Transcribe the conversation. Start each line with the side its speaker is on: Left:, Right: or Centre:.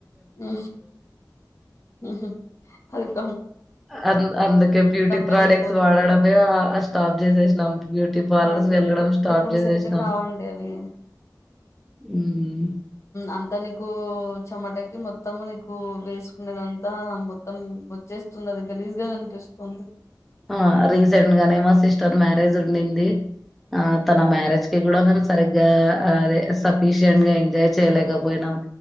Left: ఊ హు <unintelligible>
Centre: అన్ అందుకే బ్యూటీ ప్రోడక్ట్స్
Left: వెళ్ళిపోతుంది
Centre: వాడడమే ఆ స్టాప్ చేసేసినాం, బ్యూటీ పార్లర్స్
Left: అదే
Centre: వెళ్ళడం
Left: అదే
Centre: స్టాప్
Left: ఇప్పుడు
Centre: చేసేసినాం!
Left: సెట్ కావండి అవి
Centre: మ్మ్
Left: అంతా నీకు చెమటకి మొత్తం నీకు వేసుకునేదంతా మొత్తం వచ్చేస్తుందది, గలీజ్గా అనిపిస్తుంది.
Centre: ఆ! రీసెంట్ గానే మా సిస్టర్ మ్యారేజ్ ఉండింది. ఆ తన మ్యారేజ్ కి గుడ <unintelligible> సరిగ్గా అదే సఫీషియంట్ గా ఎంజాయ్ చేయలేకపోయినాం